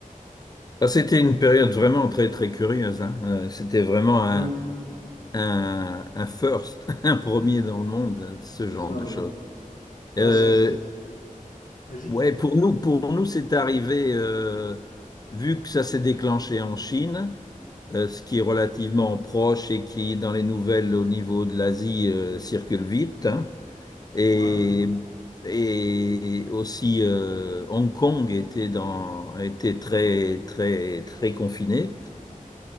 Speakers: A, on the left; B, on the left.
A: Ah, C'était une période vraiment très très curieuse, hein. Euh, C'était vraiment un,
B: Mm,
A: un, un first, <laughs> un premier dans le monde, euh, ce
B: c'est
A: genre
B: ça,
A: de
B: ouais.
A: choses.
B: Ouais,
A: Euh,
B: c'est, vas-y.
A: ouais, pour nous, pour nous, c'est arrivé euh, vu que ça s'est déclenché en Chine, euh, ce qui est relativement proche et qui dans les nouvelles au niveau de l'Asie euh, circule vite, hein. Et
B: Ouais.
A: et aussi euh, Hong Kong était dans était très très très confiné.